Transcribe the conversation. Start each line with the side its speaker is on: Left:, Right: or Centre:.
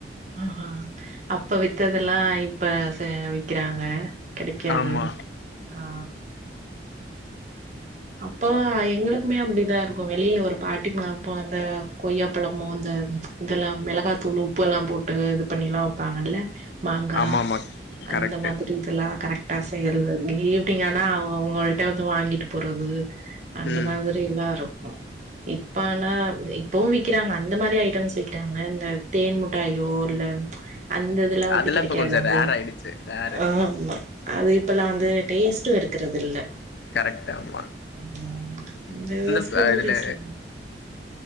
Right: ஆஹ்ஹ அப்ப வித்ததெல்லா இப்ப விக்கிறாங்க கடைக்காது
Left: ஆமா
Right: ஆ அப்போ எங்களுக்குமே அப்டிதா இருக்கு வெளியில ஒரு பாட்டி மா அப்போ அந்த கொய்யாப்பழமு அந்த இதெல்லா மிளகாத்தூளு உப்பு எல்லா போட்டு இது பண்ணில்லா வப்பாங்கல்ல மாங்கா
Left: ஆமா ஆமா
Right: அந்த
Left: கரெக்ட்
Right: மாதிரி இதெல்லா கரெக்ட் பசைல் ஈவினிங்க ஆனா அவங்கள்கிட்ட வந்து வாங்கிட்டு போறது அந்த
Left: ம்
Right: மாதிரி எல்லாரு இப்ப ஆனா இப்பவு விக்கிறாங்க அந்த மாரி ஐட்டம்ஸ் விக்கறாங்க இந்த தேன் மிட்டாயோ இல்ல அந்த இதுல்லா வந்து
Left: அதெல்லாம்
Right: கிடைக்காது
Left: இப்ப கொஞ்சம்
Right: அந்த
Left: ரேர் ஆயிடுச்சு ரேரு
Right: ஆ ஆமா அது இப்பெல்லா வந்து டேஸ்ட்டு இருக் க்கிறது இல்ல
Left: கரெக்டாம்
Right: ம் இந்த ஸ்கூல்
Left: ஃப- இதுல
Right: டேஸ்ல